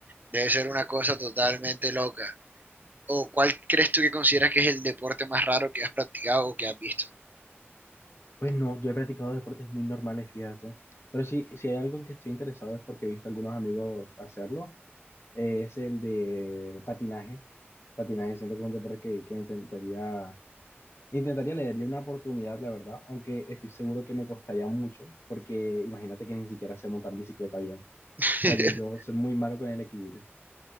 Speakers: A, on the right; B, on the left.
A: debe ser una cosa totalmente loca. ¿O cuál crees tú que consideras que es el deporte más raro que has practicado o que has visto?
B: Pues no, yo he practicado deportes muy normales, fíjate. Pero sí, si hay algo en que estoy interesado es porque he visto a algunos amigos hacerlo. eh, es el de patinaje. Patinaje, siento que es un deporte que, que me intentaría Intentaría, le daría una oportunidad, la verdad, aunque estoy seguro que me costaría mucho, porque imagínate que ni siquiera sé montar bicicleta bien. O
A: <laughs>
B: sea, yo, yo soy muy malo con el equilibrio.